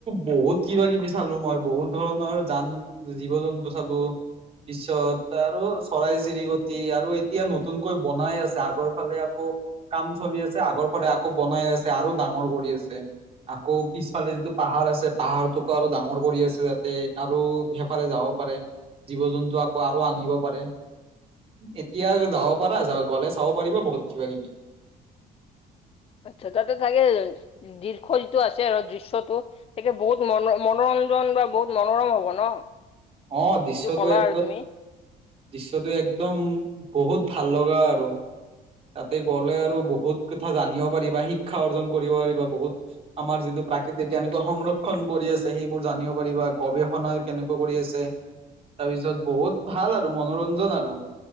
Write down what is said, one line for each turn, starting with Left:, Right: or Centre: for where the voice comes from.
Right: বহুত কিবা কিবি চালোঁ মই, বহুত ধৰণৰ জান জীৱ জন্তু চালোঁ। পিছত আৰু চৰাই চিৰিকটি আৰু এতিয়া নতুনকৈ বনাই আছে আগৰ ফালে আকৌ কাম চলি আছে আগৰ ফাল আকৌ বনাই আছে আৰু ডাঙৰ কৰি আছে। আকৌ পিছফালে যিটো পাহাৰ আছে পাহাৰটোকো আৰু ডাঙৰ কৰি আছে যাতে আৰু সেইফালে যাব পাৰে। জীৱ জন্তু আকৌ আৰু আনিব পাৰে। এতিয়া যাব পাৰা গ'লে চাব পাৰিবা বহুত কিবা কিবি।
Left: আচ্ছা তাতে থাকে দৃশ যিটো আছে আৰু দৃশ্যটো একে বহুত মন মনোৰঞ্জন বা বহুত মনোৰম হব ন
Right: অ দৃশ্যটো
Left: যিটো ক'লা
Right: একদম
Left: আৰু তুমি।
Right: দৃশ্যটো একদম বহুত ভাল লগা আৰু তাতে গ'লে আৰু বহুত কথা জানিব পাৰিবা শিক্ষা অৰ্জন কৰিব পাৰিবা বহুত আমাৰ যিটো প্ৰাকৃতিক কেনেকুৱা সংৰক্ষণ কৰি আছে সেইবোৰ জানিব পাৰিবা গৱেষণা কেনেকুৱা কৰি আছে তাৰপিছত বহুত ভাল আৰু মনোৰঞ্জন আৰু